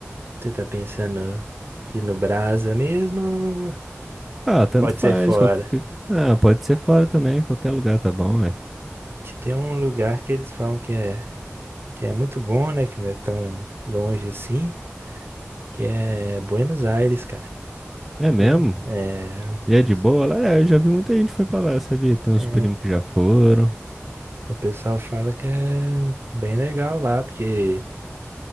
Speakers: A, on the right; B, in the centre.
A: você tá pensando que no Brasa mesmo
B: Ah, tanto
A: pode
B: faz.
A: ser fora.
B: Qualquer... Ah, pode ser fora também, qualquer lugar tá bom, ué.
A: Que tem um lugar que eles falam que é que é muito bom, né? Que não é tão longe assim, que é Buenos Aires, cara.
B: É mesmo?
A: Eu- É, o
B: E é
A: pes-
B: de boa? Lá, é, eu já vi muita gente que foi pra lá, sabia? Tem uns
A: é,
B: primos que já foram.
A: o pessoal fala que é bem legal lá, porque